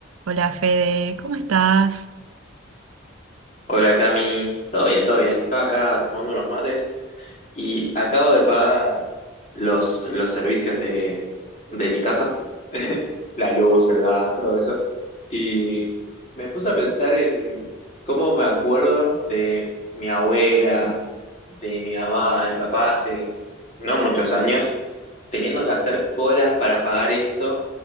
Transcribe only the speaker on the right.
Hola Fede, ¿cómo estás?